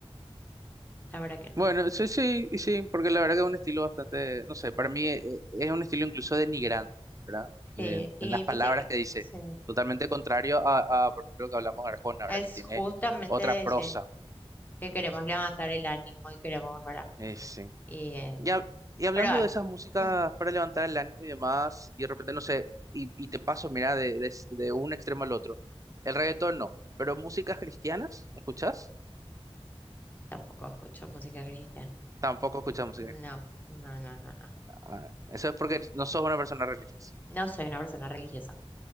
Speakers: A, on the left (about 15°); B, on the right (about 35°).
A: la verdad que no.
B: Bueno, sí, sí, y sí, porque la verdad que es un estilo bastante, no sé, para mí eh, es, un estilo incluso denigrante, ¿verdad? En,
A: Sí, y
B: en las
A: viste
B: palabras
A: que
B: que dice,
A: sí,
B: totalmente contrario a, a, por ejemplo, lo que hablamos de Arjona,
A: es
B: ¿verdad? Que tiene
A: justamente
B: otra
A: de
B: prosa.
A: ese que queremos levantar el ánimo y queremos, ¿verdad?
B: Eh, sí.
A: Y, eh,
B: Y, hab- y hablando
A: pero ah,
B: de esas músicas
A: mm,
B: para levantar el ánimo y demás, y de repente, no sé, y, y te paso, mira, de, de, de un extremo al otro. El reggaetón no, pero músicas cristianas, ¿escuchás?
A: tampoco escucho música cristiana.
B: Tampoco escuchas música
A: No,
B: cristiana.
A: no, no, no, no.
B: Ah, eso es porque no sos una persona religiosa.
A: No soy una persona religiosa.